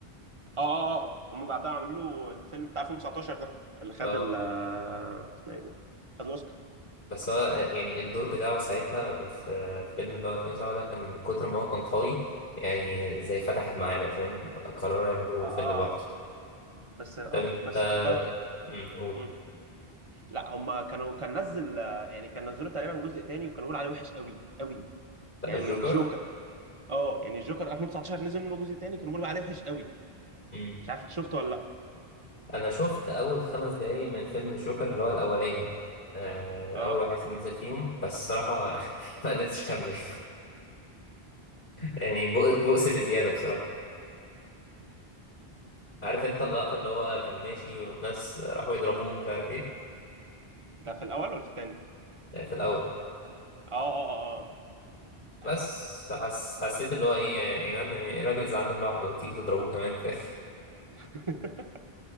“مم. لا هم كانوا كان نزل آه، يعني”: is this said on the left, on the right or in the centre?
Right